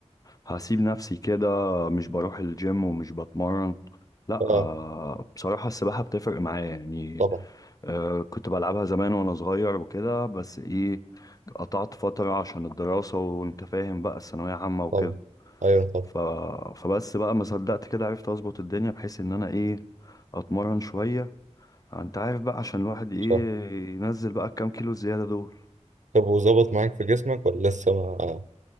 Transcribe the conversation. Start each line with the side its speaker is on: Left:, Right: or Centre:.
Left: هسيب نفسي كده مش بروح الجيم ومش بتمرن لا
Right: اه
Left: آه، بصراحة السباحة بتفرق معايا يعني
Right: طبعا
Left: آه، كنت بلعبها زمان وانا صغير وكده بس ايه قطعت فترة عشان الدراسة وانت فاهم بقى الثانوية عامة وكده
Right: طبعا ايوه طبعا
Left: ف... فبس بقى ما صدقت كده عرفت اظبط الدنيا بحيث ان انا ايه اتمرن شوية انت عارف بقى عشان الواحد ايه
Right: صح
Left: ينزل بقى الكام كيلو زيادة دول
Right: طب وظبط معاك في جسمك ولا لسه ما